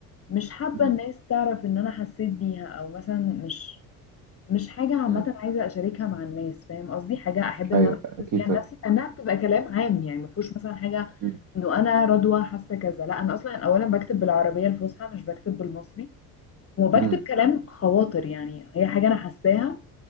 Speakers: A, on the left; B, on the right.
A: مش حابة
B: مم.
A: الناس تعرف إن أنا حسيت بيها أو مثلا مش مش حاجة عامة
B: مم.
A: عايزة أشاركها مع الناس فاهم قصدي حاجة أحب إن
B: ايوه
A: أنا
B: اكيد
A: أحدث بيها
B: طبعا
A: لنفسي لأنها بتبقى كلام عام يعني ما فيهوش مثلا حاجة
B: مم.
A: إنه أنا رضوى حاسة كذا لا أنا أصلا أولا بكتب بالعربية الفصحى مش بكتب بالمصري وبكتب
B: مم.
A: كلام خواطر يعني هي حاجة أنا حاساها